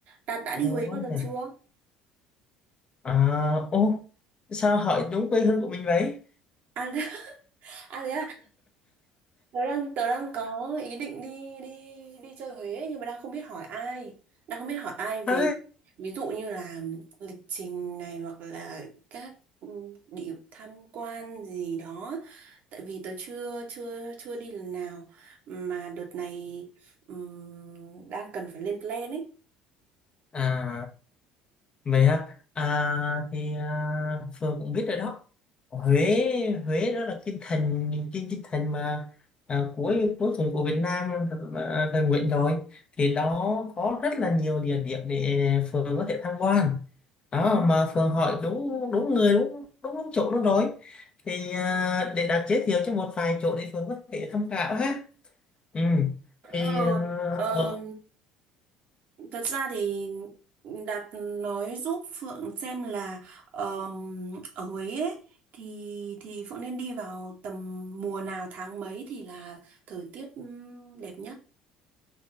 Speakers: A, on the right; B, on the left.
A: Đạt đã đi
B: Lâu
A: Huế
B: quá
A: bao giờ
B: nhỉ.
A: chưa?
B: À, ô, sao hỏi đúng quê hương của mình vậy?
A: À, <laughs> à thế à, tớ đang tớ đang có ý định đi đi đi chơi Huế nhưng mà đang không biết hỏi ai, đang không biết hỏi ai về
B: À,
A: ví dụ như là lịch trình này hoặc là các ừ, điểm tham quan gì đó tại vì tớ chưa chưa chưa đi lần nào mà đợt này ừm, đang cần phải lên plan ấy
B: à Vậy hả? À, thì à, Phương cũng biết rồi đó. Huế Huế đó là kinh thành kinh kinh thành mà à, cuối cuối cùng của Việt Nam à, thời Nguyễn rồi thì đó có rất là nhiều địa điểm để Phương có thể tham quan. Đó
A: Ừ.
B: mà Phương hỏi đúng đúng người đúng đúng đúng chỗ luôn rồi. Thì à, để đặt giới thiệu cho một vài chỗ để Phương có thể tham khảo ha. Ừ.
A: Ờ,
B: Thì à,
A: ờ,
B: ở
A: thật ra thì Đạt nói giúp Phượng xem là ờm, ở Huế ấy, thì thì Phượng nên đi vào tầm mùa nào tháng mấy thì là thời tiết ừm, đẹp nhất.